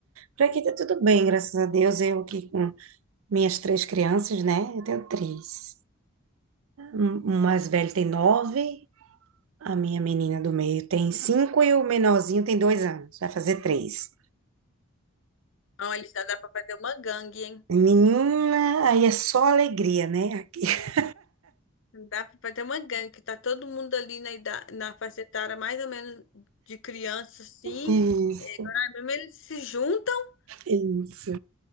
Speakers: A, on the right (about 70°); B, on the left (about 60°).
A: Por aqui tá tudo bem, graças a Deus. Eu aqui com minhas três crianças, né? Eu tenho três. Um- O mais velho tem nove, A minha menina do meio tem cinco e o menorzinho tem dois anos, vai fazer três.
B: Olha, já dá pra fazer uma gangue, hein?
A: Menina, aí é só alegria, né? Aqui. <laughs>
B: Dá pra fazer uma gangue, que tá todo mundo ali na, idade, na faixa etária mais ou menos de criança, assim.
A: Isso,
B: É, agora mesmo eles se juntam,
A: isso.